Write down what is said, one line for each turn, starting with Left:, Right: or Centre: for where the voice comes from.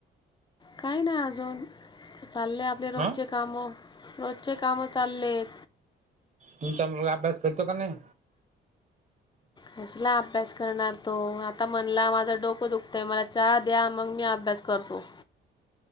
Left: काही नाही अजून चालले, आपले रोजचे
Right: हां
Left: काम, रोजचे काम चाललेत.
Right: तुमचा मुलगा अभ्यास करतो का नाही.
Left: कसला अभ्यास करणार तो आता म्हणला, माझं डोकं दुखतंय मला चहा द्या, मग मी अभ्यास करतो.